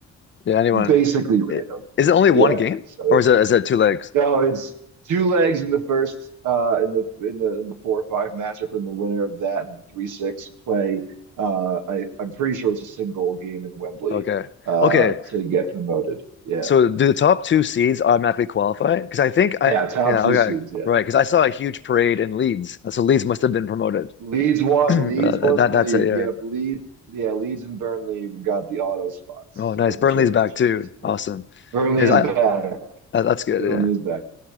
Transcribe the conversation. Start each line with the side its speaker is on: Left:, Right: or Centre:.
Left: Yeah. Anyone?
Right: basically random.
Left: It, is it only one
Right: Yeah,
Left: game,
Right: so
Left: or is it is it two legs?
Right: no, it's two legs in the first uh in the in the in the four or five matchup, and the winner of that and three six play uh I I'm pretty sure it's a single game in Wembley
Left: Okay.
Right: uh
Left: Okay.
Right: to get promoted. Yeah.
Left: So, do the top two seeds automatically qualify? Because I think I
Right: Yeah, top
Left: yeah
Right: two
Left: okay
Right: seeds, yeah.
Left: right because I saw a huge parade in Leeds, so Leeds must have been promoted. <clears throat>
Right: Leeds won,
Left: Uh,
Right: Leeds won
Left: that
Right: the league.
Left: that's a
Right: Yep,
Left: uh,
Right: Leeds yeah, Leeds and Burnley got the auto spots
Left: oh nice.
Right: out of
Left: Burnley's
Right: the championship
Left: back too.
Right: this year.
Left: Awesome.
Right: Burnley
Left: Yes,
Right: is
Left: I.
Right: back.
Left: That, that's good.
Right: Burnley
Left: Yeah.
Right: is back.